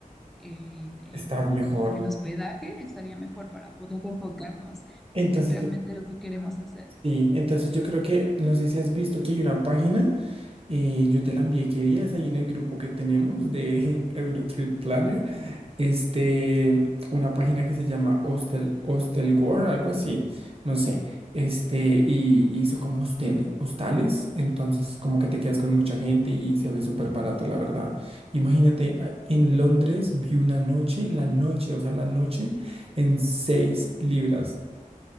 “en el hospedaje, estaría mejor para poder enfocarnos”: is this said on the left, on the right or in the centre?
Centre